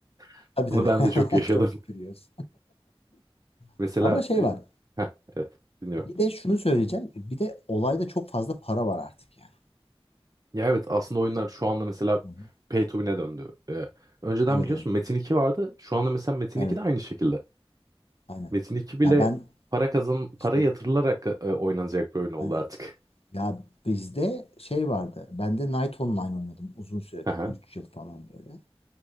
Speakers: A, on the right; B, on the left.
A: <laughs>
B: Tabii
A: Bunu
B: tabii.
A: ben
B: <laughs>
A: de çok yaşadım.
B: Çok küfür yiyoruz.
A: <laughs> Mesela
B: <laughs> Ama şey
A: e,
B: var.
A: heh, evet dinliyorum.
B: Bir de şunu söyleyeceğim. Bir de olayda çok fazla para var artık yani.
A: Ya evet aslında oyunlar şu anda mesela
B: Hı hı.
A: pay to win'e döndü. E, önceden
B: Evet
A: biliyorsun
B: evet.
A: Metin 2 vardı. Şu anda mesela Metin
B: Evet.
A: 2 de aynı şekilde.
B: Aynen.
A: Metin 2 bile
B: Ya ben
A: para kazan para
B: işte
A: yatırılarak e, oynanacak bir oyun oldu
B: aynen.
A: artık.
B: Ya bizde şey vardı. Ben de Night Online oynadım uzun süre.
A: <laughs> Hı hı.
B: 3 yıl falan böyle.